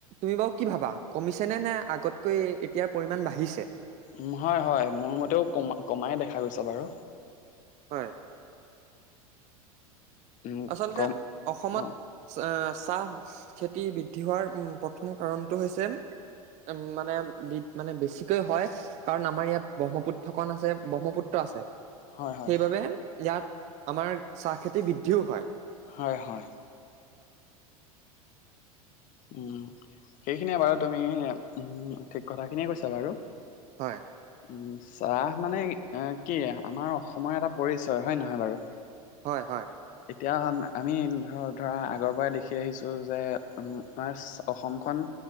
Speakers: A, on the right; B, on the left.
A: তুমি বাৰু কি ভাবা কমিছে নে নে আগতকৈ এতিয়াৰ পৰিমান বাঢ়িছে।
B: উম হয় হয় মোৰ মতেও কমা কমাই দেখা গৈছে বাৰু।
A: হয়।
B: উম
A: আচলতে
B: কম
A: অসমত
B: অ
A: চাহ খেতি। দি বৃদ্ধি হোৱাৰ প্ৰথম কাৰণটো হৈছে। উম মানে বি মানে বেছিকৈ হয়। কাৰণ আমাৰ ইয়াত ব্ৰহ্মপুত্ৰখন আছে ব্ৰহ্মপুত্ৰ আছে।
B: হয় হয়
A: সেইবাবে ইয়াত আমাৰ চাহ খেতি বৃদ্ধিও হয়।
B: হয় হয়। উম সেইখিনিয়ে বাৰু তুমি উ ঠিক কথাখিনিয়ে কৈছা বাৰু।
A: হয়।
B: উ চাহ মানে কি আমাৰ অসমৰ এটা পৰিচয় হয়ে নহয় বাৰু।
A: হয় হয়।
B: এতিয়া আমি ধৰ ধৰা আগৰ পৰাই দেখি আহিছো যে আমাৰ অসমখন।